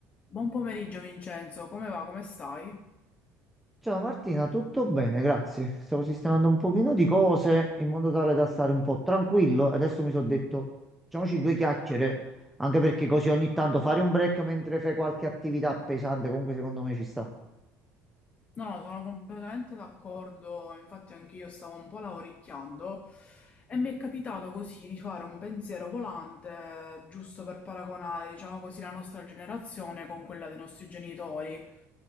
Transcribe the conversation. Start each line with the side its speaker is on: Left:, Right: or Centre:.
Left: Buon pomeriggio Vincenzo, come va? Come stai?
Centre: Ciao Martina, tutto bene, grazie. Stavo sistemando un pochino di cose in modo tale da stare un po' tranquillo. Adesso mi sono detto, facciamoci due chiacchiere, anche perché così ogni tanto fare un break mentre fai qualche attività pesante, comunque secondo me ci sta.
Left: No, no, sono completamente d'accordo, infatti anch'io stavo un po' lavoricchiando e mi è capitato così di fare un pensiero volante, giusto per paragonare, diciamo così, la nostra generazione con quella dei nostri genitori.